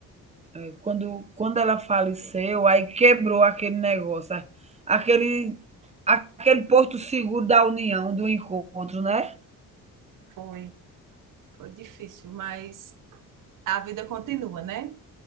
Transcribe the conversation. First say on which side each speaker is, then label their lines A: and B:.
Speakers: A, on the right (about 20°); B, on the right (about 60°).
A: É, quando quando ela faleceu, aí quebrou aquele negócio, a aquele aquele porto seguro da união, do encontro, né.
B: Foi, foi difícil, mas a vida continua, né?